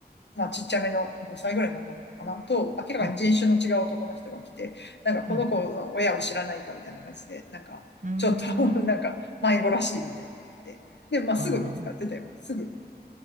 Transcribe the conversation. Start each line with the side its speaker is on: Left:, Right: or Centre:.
Left: まあちっちゃめの5歳ぐらいの女の子かなと、明らかに人種の違う男の人が来て、
Right: うん、
Left: なんかこの子の親を知らないかみたいな感じで、
Right: うん。
Left: なんか、
Right: うーん。
Left: ちょっと <laughs> なんか迷子らしいみたいに言ってて。で、まあすぐ見つかってたよ。
Right: ああ。
Left: すぐ。